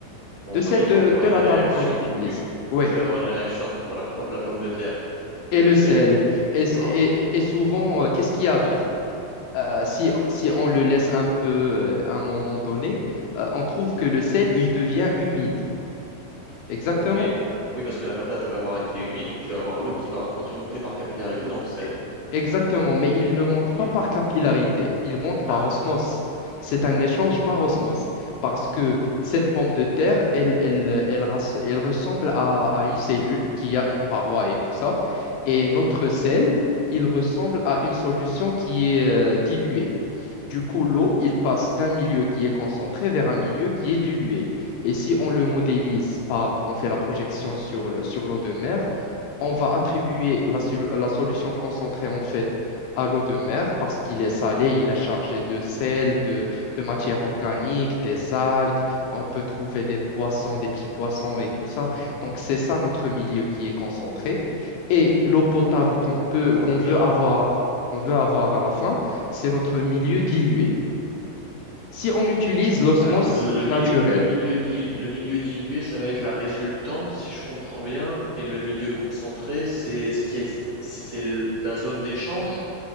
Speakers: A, on the right (about 50°); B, on the left (about 75°).
A: Oui.
B: de sel de,
A: Donc il y aura
B: de
A: une
B: la
A: réaction.
B: table qu'on utilise. Oui,
A: Donc tu vas avoir une réaction entre la pomme, la pomme de terre
B: et
A: et le
B: le
A: sel.
B: sel. Et,
A: D'accord?
B: s- et- et- et souvent, euh, qu'est-ce qui arrive? Euh, si, on- si on le laisse un peu euh, à un moment donné, euh, on trouve que le sel, il devient humide. Exactement.
A: Oui. Oui, parce que la patate elle va avoir été humide, donc tu vas avoir l'eau qui va rentrer, remonter par capillarité dans le sel.
B: E- Exactement. Mais il ne monte
A: Ok.
B: pas par capillarité, il monte par
A: Ah.
B: osmose. C'est un échange par osmose. Parce que cette pomme de terre, elle, elle, elle, ras- elle ressemble à, à une cellule qui a une paroi et tout ça. Et notre sel, il ressemble à une solution qui est euh, diluée. Du coup, l'eau, il passe d'un milieu qui est concentré vers un milieu qui est dilué. Et si on le modélise par, on fait la projection sur le- sur l'eau de mer, on va attribuer la, sol- la solution concentrée en fait à l'eau de mer parce qu'il est salé, il est chargé de sel, de, de matière organique, des algues, on peut trouver des poissons, des petits poissons et tout ça. Donc c'est ça notre milieu qui est concentré. Et l'eau potable qu'on peut,
A: Oui.
B: qu'on veut avoir, qu'on veut avoir à la fin, c'est notre milieu dilué. Si on utilise l'osmose
A: Alors, le, mil-
B: naturelle,
A: le milieu dil- le milieu dilué, ça va être la résultante, si je comprends bien, et le milieu concentré, c'est ce qui est, c'est c'est la zone d'échange.